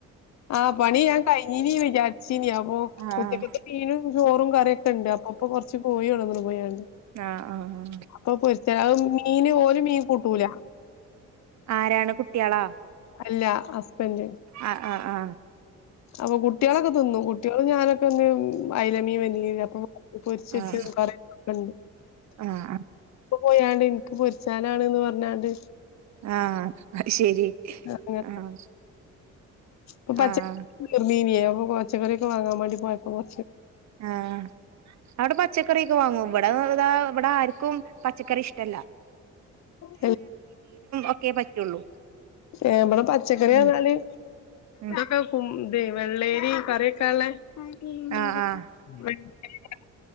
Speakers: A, on the left; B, on the right.
A: ആ പണി ഞാൻ കഴിഞ്ഞീനി വിചാരിച്ചീനി അപ്പൊ
B: ആഹ്
A: ഉച്ചക്കത്തെ മീനും ചോറും കറിയൊക്കെണ്ട് അപ്പൊ ഇപ്പൊ കൊറച്ച് കോഴിണ്ടന്ന്ണ് പോയാണ്ട്
B: ആ ആ ആ
A: അപ്പൊ പൊരിച്ച അത് മീന് ഓല് മീൻ കൂട്ടൂല
B: ആരാണ് കുട്ട്യാളാ
A: അല്ല ഹസ്ബന്റ്
B: ആ ആ ആ
A: അപ്പ കു കുട്ട്യാളൊക്കെ തിന്നു കുട്ട്യാളും ഞാനൊക്കെ ഇന്ന് അയ്ലമീൻ വന്നീനല്ലോ അപ്പ പൊരിച്ച്ച്ചതും
B: ആഹ്
A: കറിച്ചതൊക്കെണ്ട്
B: ആഹ്
A: ഇപ്പൊ പോയാണ്ട് ന്ക്ക് പൊരിച്ചാനാണ്ന്ന് പറഞ്ഞാണ്ട്
B: ആഹ ശരി
A: ങ്ങന
B: ആഹ്
A: പ്പൊ പച്ചക്കറി
B: ആഹ്
A: തീർന്നിനിയ അപ്പൊ കൊ ങ്ങന പ്പൊ പച്ചക്കറി തീർന്നിനിയ അപ്പൊ കൊ
B: ആ അവിടെ പച്ചക്കറി ക്കെ വാങ്ങും ഇവിടെതാ ഇവിടെ ആർക്കും പച്ചക്കറി ഇഷ്ടമല്ല
A: ടെ
B: ഒക്കെ പറ്റുള്ളൂ
A: ഏ വടെ പച്ചക്കറി
B: ഉം
A: ർഞ്ഞാല്
B: ഉം
A: തക്കൊ വല്ലേരി കറി കള <unintelligible>
B: ആഹ് ആഹ്